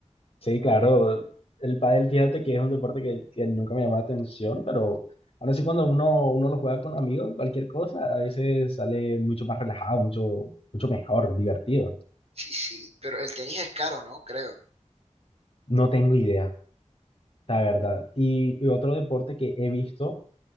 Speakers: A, on the left; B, on the right.
A: Sí, claro. El pádel, fíjate que es un deporte que, que nunca me llamó la atención, pero ahora sí cuando uno, uno lo juega con amigos, cualquier cosa, a veces sale mucho más relajado, mucho, mucho mejor, divertido.
B: Sí, sí, pero el tenis es caro, ¿no? Creo.
A: No tengo idea, la verdad. Y, y otro deporte que he visto,